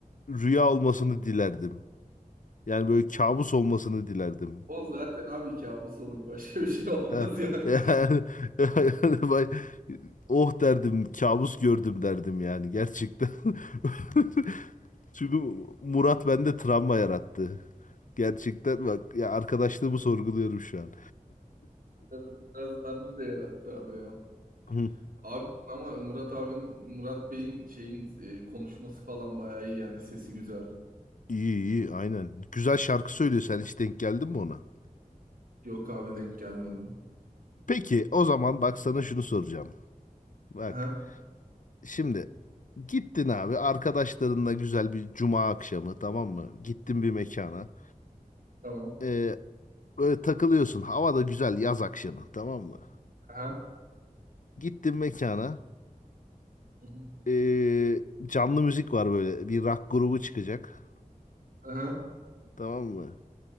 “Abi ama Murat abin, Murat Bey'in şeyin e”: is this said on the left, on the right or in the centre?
Right